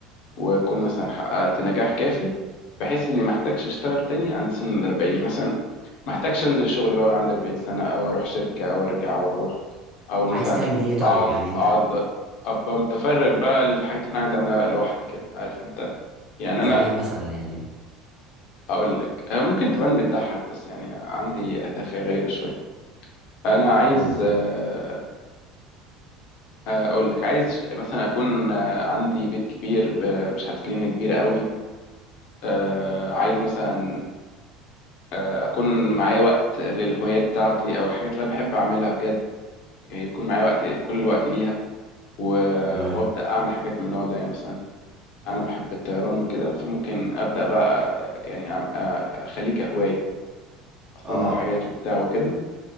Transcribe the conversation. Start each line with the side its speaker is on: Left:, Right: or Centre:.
Left: واكون مثلا حققت نجاح كافي بحيث اني ما احتاجش اشتغل تاني عند سن الاربعين يعني مثلا ما احتاجش انزل الشغل بقى وانا عندي 40 سنه او اروح شركه او ارجع او اروح او مثلا
Right: عايز تعمل ايه طيب
Left: اقعد
Right: يعني انت
Left: اقعد ل- ابقى متفرغ بقى للحاجات اللي انا عايز اعملها لوحدي كده عارف انت يعني
Right: زي
Left: انا
Right: ايه مثلا يعني
Left: اقول لك آه، ممكن تبان بتضحك بس يعني عندي هدف غريبه شويه انا عايز
Right: قول لي طيب
Left: آه، اقول لك عايز اشت- مثلا اكون آه، عندي بيت كبير ب- مش عارف جنينه كبيره قوي آه، عايز مثلا اكون معايا وقت للهوايات بتاعتي او الحاجات اللي انا بحب اعملها بجد يعني يكون معايا وقت كل الوقت ليها و-
Right: تمام
Left: وابدا اعمل حاجات من النوع ده يعني مثلا انا بحب الطيران وكده فممكن ابدا بقى يعني أعم- أ- اخليه كهوايه اصنع
Right: اه
Left: حاجات وبتاع وكده